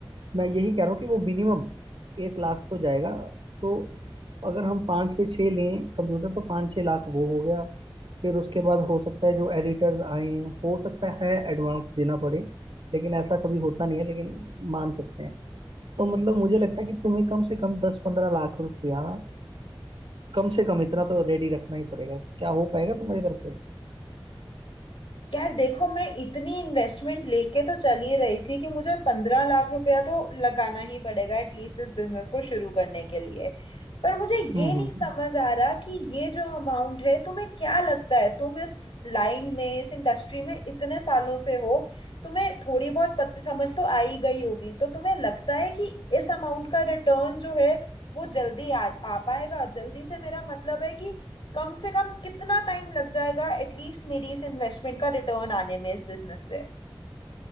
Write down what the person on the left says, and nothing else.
यार देखो मैं इतनी इन्वेस्टमेंट लेके तो चल ही रही थी कि मुझे पंद्रह लाख रुपया तो लगाना ही पड़ेगा एटलीस्ट इस बिजनेस को शुरू करने के लिए पर मुझे
ये
नहीं
समझ आ रहा कि ये जो अमाउंट है तुम्हें क्या लगता है तुम इस लाइन में इस इंडस्ट्री में इतने सालों से हो तुम्हें थोड़ी बहुत पत, समझ तो आ ही गई होगी तो तुम्हें लगता है कि इस अमाउंट का रिटर्न जो है वो जल्दी आ, आ पाएगा जल्दी से मेरा मतलब है कि कम से कम कितना टाइम लग जाएगा एटलीस्ट मेरी इस इन्वेस्टमेंट का रिटर्न आने में इस बिजनेस से